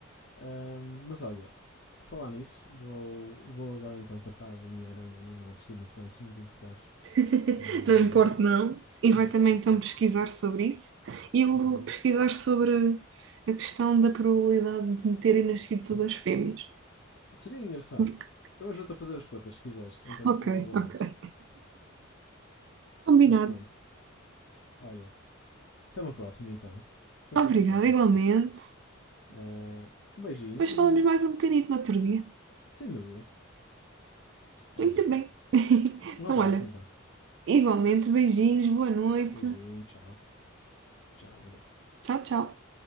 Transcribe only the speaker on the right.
<laughs>
Não importa, não. E
vai também
então pesquisar sobre isso. E eu
vou
pesquisar sobre a questão da probabilidade de me terem nascido todas fêmeas.
Porque-
Ok,
ok. Combinado.
Obrigada,
igualmente.
Depois
falamos mais um bocadinho no outro dia.
Muito bem. <laughs>
Então,
olha,
Igualmente, beijinhos, boa noite.
Tchau, tchau.